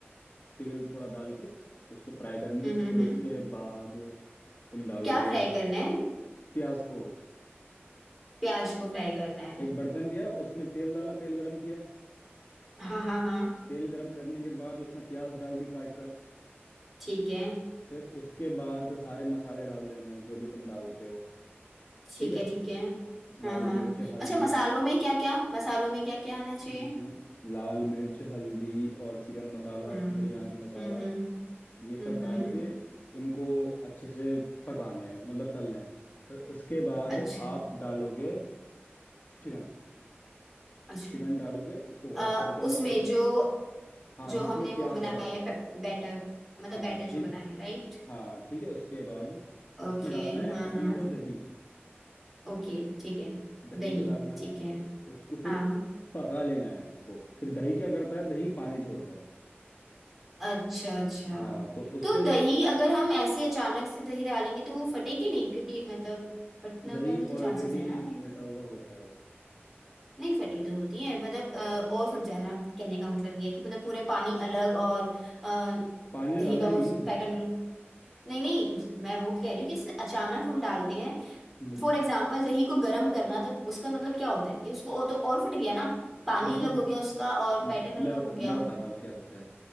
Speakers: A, on the left (about 45°); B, in the centre.
A: तेल थोड़ा डाल के उसको फ्राई करनी
B: हम्म
A: है
B: हम्म
A: फिर उसके
B: हम्म।
A: बाद तुम डालोगे
B: क्या फ्राई करना है
A: प्याज को
B: प्याज को फ्राई करना है
A: एक बर्तन लिया उसमें तेल डाला तेल गरम किया
B: हाँ हाँ हाँ
A: तेल गरम करने के बाद उसमें प्याज डाल दी काट कर
B: ठीक है
A: फिर उसके बाद सारे मसाले डाल देने हैं जो भी तुम डालते हो
B: ठीक
A: ठीक है
B: है ठीक है हाँ
A: लाल
B: हाँ
A: मिर्च हल्दी
B: अच्छा मसालों में क्या क्या मसालों में क्या क्या आना चाहिए
A: हम्म हम्म, लाल मिर्च हल्दी और चिकन मसाला
B: हम्म
A: बिरयानी मसाला
B: हम्म
A: ये सब
B: हम्म
A: डाल के उनको अच्छे से पकाने हैं मतलब तलने हैं फिर उसके बाद
B: अच्छा
A: आप डालोगे चिकन
B: अच्छा
A: चिकन डालोगे इसको वॉश
B: अ,
A: करके
B: उसमें
A: अच्छे से
B: जो
A: हाँ
B: जो
A: जिसमें
B: हमने
A: प्याज
B: वो बनाया
A: डाला था
B: है बैटर मतलब
A: हाँ
B: बैटर
A: ठीक
B: जो बनाया है राइट
A: हाँ ठीक है उसके बाद
B: ओके
A: उसमें डालना है
B: हाँ
A: अपना
B: हाँ
A: को दही
B: ओके ठीक है
A: दही
B: दही
A: को डालना
B: ठीक
A: है
B: है
A: उसको फिर
B: हाँ
A: पका लेना है उसको फिर दही क्या करता है दही पानी छोड़ता है
B: अच्छा अच्छा
A: हाँ तो उससे
B: तो दही अगर हम ऐसे अचानक से दही डालेंगे तो वो फटेगी नहीं क्योंकि मतलब फटना
A: दही
B: का भी तो चांसेस
A: ऑलरेडी
B: है ना right?
A: फटा हुआ होता है
B: नहीं फटी तो होती है मतलब अ, और फट जाना कहने का मतलब ये है कि मतलब पूरे पानी अलग और अ,
A: पानी
B: दही
A: तो डाला
B: का
A: ही
B: वो
A: नहीं
B: पैटर्न नहीं नहीं मैं वो कह रही हूँ कि जैसे अचानक हम डालते हैं
A: हम्म हम्म।
B: फॉर एग्जाम्पल दही को गर्म करना तो उसका मतलब क्या होता है कि उसको और तो और फट गया ना पानी
A: देखो
B: अलग
A: म-
B: हो गया उसका और पैटर्न
A: मैं
B: अलग
A: बता
B: हो गया
A: मैं बताता हूँ क्या होता है